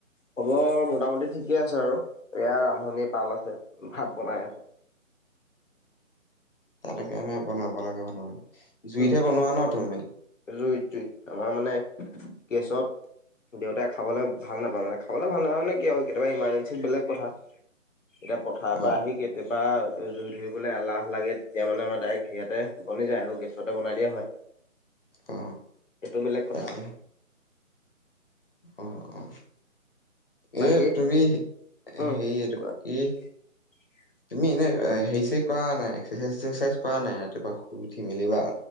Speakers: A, on the left; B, on the left.
A: খবৰ মোটামুটি ঠিকে আছে আৰু এয়া ৰান্ধনী পাল আছে ভাত বনাই আছো।
B: অ <unintelligible> বনাব লাগে জুইতহে
A: উম
B: বনোৱা ন তুমি?
A: জুইত জুইত আমাৰ মানে গেছত দেউতাই খাবলৈ ভাল নাপায় মানে, খাবলৈ ভাল নাপায় মানে কি আৰু কেতিয়াবা ইমাৰজেৰ্ঞ্চিত বেলেগ কথা। এতিয়া পথাৰৰ
B: অ।
A: পৰা
B: অ
A: আহি কেতিয়া বা জুই ধৰিবলৈ এলাহ লাগে, তেতিয়া মানে আমাৰ ডাইৰেক্ট সেয়াতে বনি যায় আৰু গেছতে বনাই দিয়া হয়।
B: অ
A: এইটো বেলেগ কথা।
B: তাকে অ অ
A: বাকী
B: এ তুমি
A: উম
B: সেইটো
A: কোৱা।
B: কি
A: <unintelligible>
B: তুমি এনে হেৰি-চেৰি কৰা নাই, এক্সাৰচাইজ চাইজ কৰা নাই, ৰাতিপুৱা শু উঠি মেলি বা